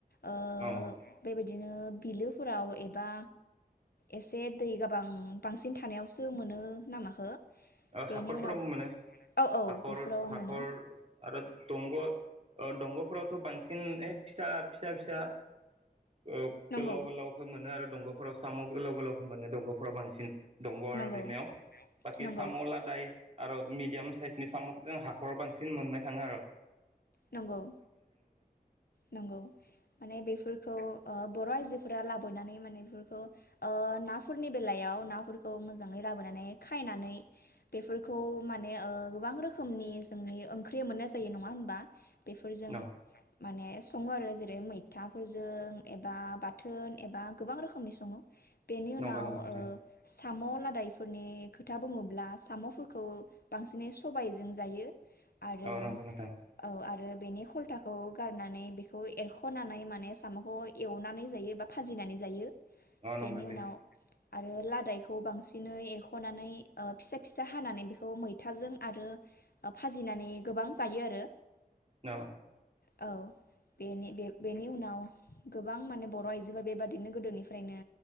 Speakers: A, on the left; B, on the right.
A: ओ
B: अ
A: बेबायदिनो बिलोफोराव एबा एसे दै गोबां बांसिन थानायावसो मोनो नामाखो
B: ओ
A: बेनि
B: हाखरफोराव
A: उनाव
B: मोन मोनो
A: औ औ
B: हाखर
A: बेफोराव
B: हाखर
A: मोनो
B: आरो दंग' ओ दंग'फोरावथ' बांसिन ए फिसा फिसा फिसा ओ
A: नंगौ
B: गोलाव गोलावखो मोनो आरो दंग' फोराव साम' गोलाव गोलावखो मोनो दंग'फोराव बांसिन। दगं आरो
A: नंगौ
B: दैमायावा बाखिस
A: नंगौ
B: साम' लादाय आरो मिथ मिडियाम साइसनि साम'खो जों हाखराव बांसिन मोननाय थाङो आर'
A: नंगौ नंगौ माने बेफोर बखौ ओ बर' आइजोफोरा लाबोनानै माने बेफोरखौ ओ नाफोरनि बेलायाव नाफोरखौ मोजाङै लाबोनानै खायनानै बेफोरखौ माने ओ गोबां रोखोमनि जोंनि ओंख्रि मोननाय जायो। नङा होनबा? बेफोरजों
B: औ
A: माने सङो आरो जेरै मैथाफोरजों एबा बाथोन एबा गोबां रोखोमनि सङो। बेनि
B: नंगौ
A: उनाव
B: नंगौ नोंथां
A: ओ साम' लादाय फोरनि खोथा बुङोब्ला साम'फोरखौ बांसिनै सबायजों जायो। आरो
B: औ नंगौ नोंथां।
A: औ आरो बेनि खलथाखौ गारनानै बेखौ एरख'नानै माने साम'खौ एवनानै जायो बा भाजिनानै जायो।
B: औ नंगौ
A: बेनि
B: बे
A: उनाव आ रो लादायखौ बांसिनै एरख'नानै ओ फिसा फिसा हानानै बेखौ मैथाजों आरो फाजिनानै गोबां जायो आरो
B: न
A: औ। बेनि बेनि उनाव गोबां माने बर' आइजोफोरा बेबा दिनो गोदोनिफ्रायनो